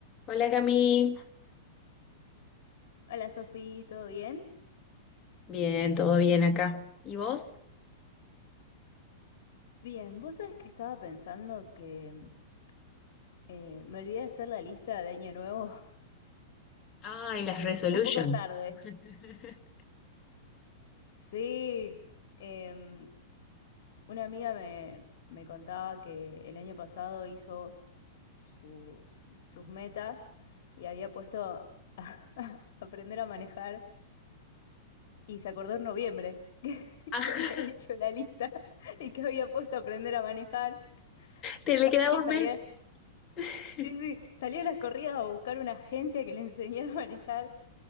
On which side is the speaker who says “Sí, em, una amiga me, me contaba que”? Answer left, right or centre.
Left